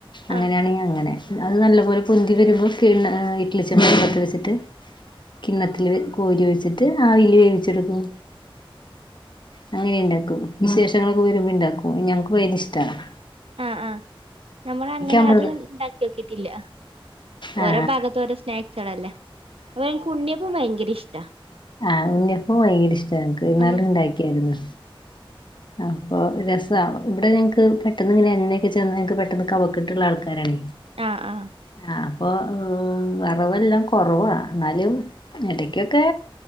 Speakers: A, on the left; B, on the right.
A: അങ്ങനെയാണെങ്കിൽഅങ്ങനെ
B: ആഹ്
A: അത് നല്ലപോലെ പൊന്തി വരുമ്പോ കീണ് ഇഡ്ലി ചെമ്പ് അടുപ്പത്ത് വെച്ചിട്ട് കിണത്തില്ൽ കോരി വെച്ചിട്ട് ആവില് വേവിച്ചെടുക്കും അങ്ങനെ ഇണ്ടാക്കും വിശേഷങ്ങൊക്കെ വരുമ്പ ഉണ്ടാക്കും ഞങ്ങക്ക് ഭയ കര ഇഷ്ടമാണ്
B: ആഹ് ആഹ നമ്മൾ അങ്ങനെ
A: അമൃത്
B: അത് ഉണ്ടാക്കി നോക്കിട്ടില്ല
A: ആ
B: ഓരോ ഭാഗത്ത ഓരോ സ്നാക്സല്ല ഉണ്ണിയപ്പ ഭയങ്കരഇഷ് ഇഷ്ടമാണ്
A: ആഹ് ഉഞ്ഞപ്പ ഭയങ്കര ഇഷ്ട എനക്ക് എന്നാാല
B: ഉം
A: ഇണ്ടാക്കിയായിരുന്നു അപ്പൊ രസാ ഇ വിട ഞങ്ങൾക്ക് പെട്ടെന്ന് എണ്ണചന്നാ കഫക്കെട്ട് ഉള്ളവർക്ക് ആൾക്ക് ര
B: ആഹ് ആഹ്
A: അ അപ്പൊ ആ അ റ വെല്ലാം കുറ വാ നാലു ഇടക്കൊക്കെ